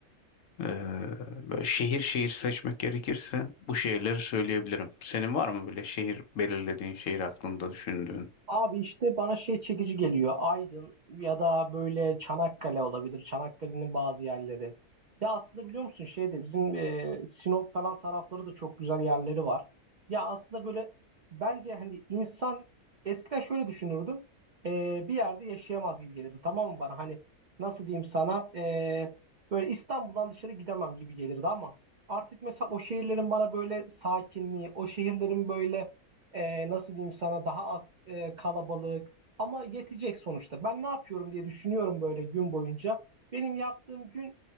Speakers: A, on the left (about 65°); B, on the right (about 80°).
A: Ee, böyle şehir şehir seçmek gerekirse bu şehirleri söyleyebilirim. Senin var mı böyle şehir belirlediğin, şehir aklında düşündüğün?
B: Abi işte bana şey çekici geliyor. Aydın ya da böyle Çanakkale olabilir. Çanakkale'nin bazı yerleri. Ya aslında biliyor musun şeyde bizim e, Sinop falan tarafları da çok güzel yerleri var. Ya aslında böyle bence hani insan eskiden şöyle düşünürdüm. E, bir yerde yaşayamaz gibi gelirdi. Tamam mı bana? Hani nasıl diyeyim sana? E, böyle İstanbul'dan dışarı gidemem gibi gelirdi ama artık mesela o şehirlerin bana böyle sakinliği, o şehirlerin böyle e, nasıl diyeyim sana daha az e, kalabalık ama yetecek sonuçta. Ben ne yapıyorum diye düşünüyorum böyle gün boyunca. Benim yaptığım gün